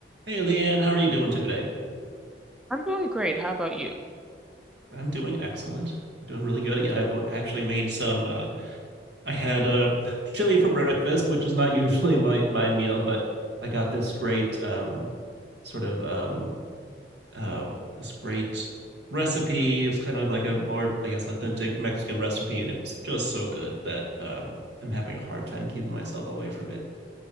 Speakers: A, on the right; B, in the centre.
A: Hey, Leanne, how are you doing today?
B: I'm doing great. How about you?
A: I'm doing excellent. I'm doing really good. Yeah, I w- actually made some. Uh, I had uh, <laughs> chili for breakfast, which is not <laughs> usually my my meal, but I got this great um, sort of um, uh, this great recipe. It was kind of like a more, I guess, authentic Mexican recipe, and it was just so good that um, I'm having a hard time keeping myself away from it.